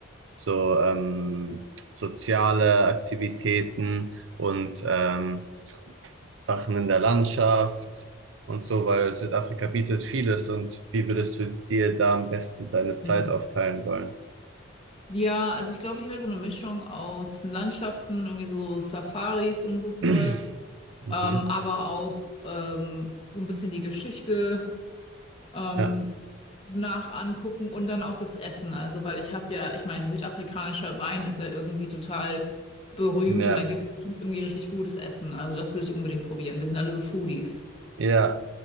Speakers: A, on the right; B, on the left.
A: so ähm, soziale Aktivitäten und ähm, Sachen in der Landschaft und so, weil Südafrika bietet vieles und wie würdest du dir da am besten deine Zeit
B: Hm.
A: aufteilen wollen?
B: Ja, also ich glaube, ich will so eine Mischung aus Landschaften, irgendwie so Safaris und so Zeug,
A: <clears throat> Mhm.
B: ähm, aber auch ähm, so ein bisschen die Geschichte. ähm,
A: Ja,
B: nach angucken und dann auch das Essen. Also, weil ich habe ja, ich meine, südafrikanischer Wein ist ja irgendwie total berühmt
A: ja,
B: und da gibt es bestimmt irgendwie richtig gutes Essen. Also, das will ich unbedingt probieren. Wir sind alle so Foodies.
A: ja,